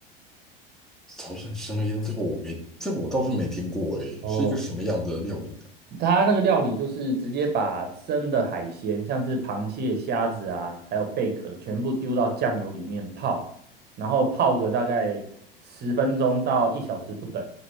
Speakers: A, in the centre; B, on the right (about 35°).
A: 潮汕生腌这个我没，这个我倒是没听过诶，
B: 哦，
A: 是一个什么样的料理呢？
B: 它那个料理就是直接把生的海鲜，像是螃蟹、虾子啊，还有贝壳，全部丢到酱油里面泡，然后泡个大概十分钟到一小时不等。